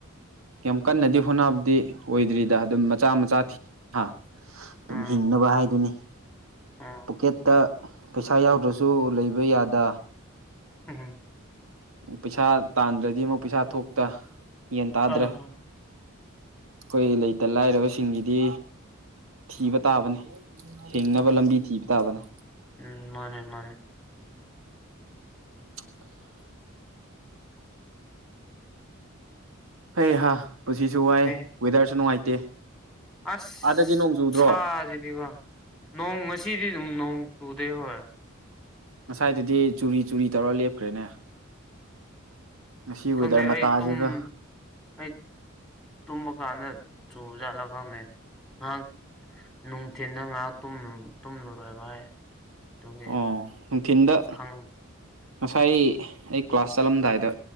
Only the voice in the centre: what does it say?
ꯑꯥ
ꯑꯥ
ꯎꯨꯝ
ꯑꯥ
ꯎꯨꯝ ꯃꯥꯟꯅꯦ ꯃꯥꯟꯅꯦ
ꯑꯦ
ꯑꯁ
ꯈꯨꯠꯁꯥꯁꯤꯗꯤꯀꯣ
ꯅꯣꯡ ꯉꯁꯤꯗꯤ ꯅꯣꯡ ꯆꯨꯗꯦ ꯍꯣꯏ
ꯈꯪꯗꯦ
ꯑꯩ ꯇꯨꯝ ꯑꯩ ꯇꯨꯝꯕ ꯀꯥꯟꯗ ꯆꯨꯕꯖꯥꯠꯂꯥ ꯈꯪꯗꯦ ꯉꯍꯥꯛ ꯅꯨꯡꯊꯤꯟꯗ ꯉꯥꯏꯍꯥꯛ ꯇꯨꯝꯂꯨ ꯇꯨꯝꯂꯨꯔꯦꯕ ꯑꯩ ꯑꯗꯨꯒꯤ
ꯈꯪ